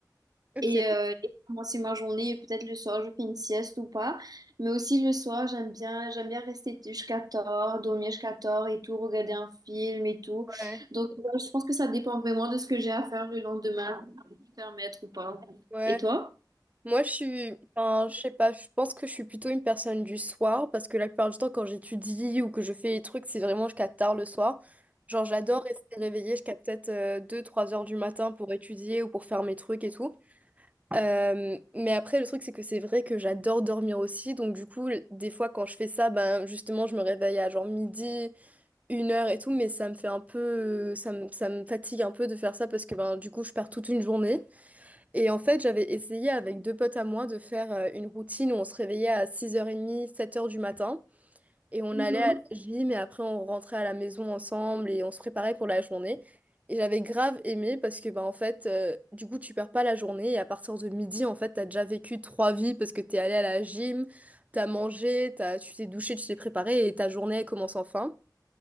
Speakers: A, on the right; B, on the right.
A: Ok,
B: et, euh, et pour commencer ma journée. Et peut-être le soir, je fais une sieste ou pas. Mais aussi le soir, j'aime bien, j'aime bien rester jusqu'à tard, dormir jusqu'à tard et tout, regarder un film et tout.
A: ouais,
B: Donc, euh, je pense que ça dépend vraiment de ce que j'ai à faire le lendemain, me permettre ou pas.
A: ouais.
B: Et toi?
A: Moi, je suis, enfin, je sais pas, je pense que je suis plutôt une personne du soir, parce que la plupart du temps, quand j'étudie ou que je fais les trucs, c'est vraiment jusqu'à tard le soir. Genre, j'adore rester réveillée jusqu'à peut-être euh, deux trois heures du matin pour étudier ou pour faire mes trucs et tout. Euh, mais après, le truc, c'est que c'est vrai que j'adore dormir aussi. Donc, du coup, l- des fois, quand je fais ça, ben, justement, je me réveille à genre midi, une heure et tout. Mais ça me fait un peu. euh, Ça me, ça me fatigue un peu de faire ça parce que, ben, du coup, je pars toute une journée. Et en fait, j'avais essayé avec deux potes à moi de faire euh, une routine où on se réveillait à 6h30, sept heures du matin. Et on
B: Mhm.
A: allait à la gym et après on rentrait à la maison ensemble et on se préparait pour la journée. Et j'avais grave aimé parce que bah en fait euh, du coup tu perds pas la journée et à partir de midi en fait t'as déjà vécu trois vies parce que t'es allé à la gym, t'as mangé, t'as, tu t'es douché, tu t'es préparé et ta journée elle commence enfin.